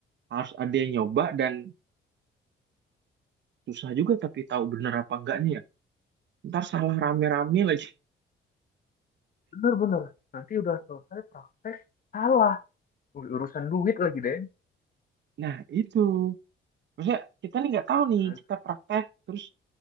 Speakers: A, on the right (about 65°); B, on the left (about 45°).
A: harus ada yang nyoba dan susah juga tapi tahu bener apa enggaknya ya. Ntar salah rame-rame lagi.
B: Bener-bener. Nanti udah selesai praktek, salah. Urusan duit lagi, deh Den.
A: Nah itu, maksudnya kita nih nggak tahu nih
B: Kan?
A: kita praktek terus